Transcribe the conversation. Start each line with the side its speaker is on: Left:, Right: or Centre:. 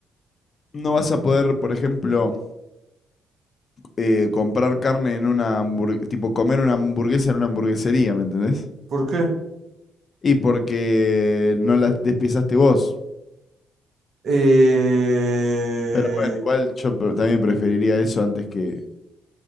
Left: no vas a poder, por ejemplo, eh, comprar carne en una hamburguesa, tipo comer una hamburguesa en una hamburguesería, ¿me entendés?
Right: ¿Por qué?
Left: Y porque no la despiezaste vos.
Right: Eh...
Left: Pero bueno, igual yo pre- también preferiría eso antes que,